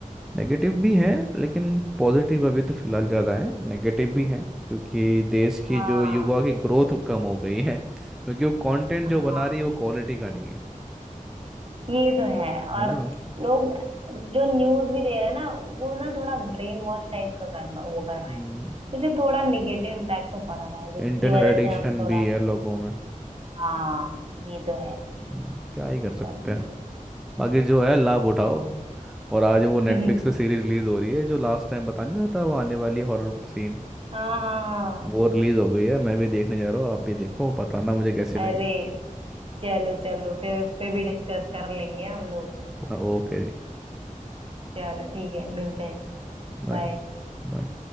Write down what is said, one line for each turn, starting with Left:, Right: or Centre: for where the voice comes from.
Centre: नेगेटिव भी है लेकिन पॉजिटिव अभी तो फिलहाल ज़्यादा है नेगेटिव भी है क्योंकि देश की
Right: हाँ
Centre: जो युवा की ग्रोथ कम हो गई है क्योंकि वो कंटेंट जो
Right: हाँ
Centre: बना रही है वो क्वालिटी का नहीं है
Right: ये तो है
Centre: है
Right: और
Centre: ना
Right: लोग जो न्यूज भी दे रहे हैं ना वो ना थोड़ा ब्रेन वॉश टाइप का कर वो कर
Centre: हम्म
Right: रहे हैं जैसे थोड़ा निगेटिव इम्पैक्ट तो पड़ रहा है जिसकी
Centre: इंटरनेट
Right: वजह
Centre: एडिक्शन
Right: से हम थोड़ा
Centre: भी है लोगों में
Right: हाँ ये तो है
Centre: हम्म, क्या ही कर सकते
Right: सबने
Centre: हैं बाकी जो है लाभ उठाओ
Right: हाँ
Centre: और आज वो नेटफ्लिक्स
Right: <laughs>
Centre: पे सीरीज रिलीज हो रही है जो लास्ट टाइम बता नहीं रहा था वो आने वाली हॉरर सीन
Right: हाँ हाँ हाँ
Centre: वो रिलीज हो गई है मैं भी देखने जा रहा हूँ आप भी देखो बताना मुझे कैसी लगी
Right: अरे चलो चलो फिर उस पे भी डिस्कस कर लेंगे हम लोग
Centre: ओके जी
Right: चलो ठीक है मिलते हैं
Centre: बाय
Right: बाय
Centre: बाय